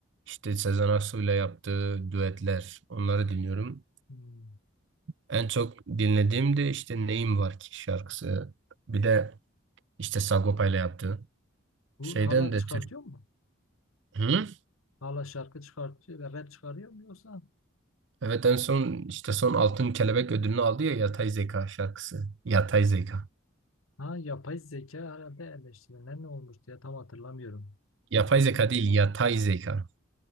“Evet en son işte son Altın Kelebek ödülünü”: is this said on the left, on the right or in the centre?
Right